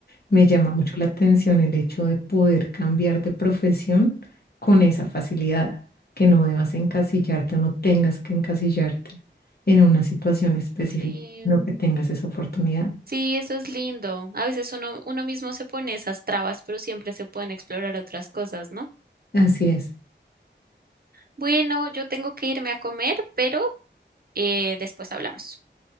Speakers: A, on the left; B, on the right.
A: Me llama
B: ujú.
A: mucho la atención el hecho de poder cambiar de profesión con esa facilidad, que no debas encasillarte o no tengas que encasillarte en una situación específica,
B: Sí,
A: no que tengas esa oportunidad.
B: sí, eso es lindo. A veces uno, uno mismo se pone esas trabas, pero siempre se pueden explorar otras cosas, ¿no?
A: Así es.
B: Bueno, yo tengo que irme a comer, pero eh, después hablamos.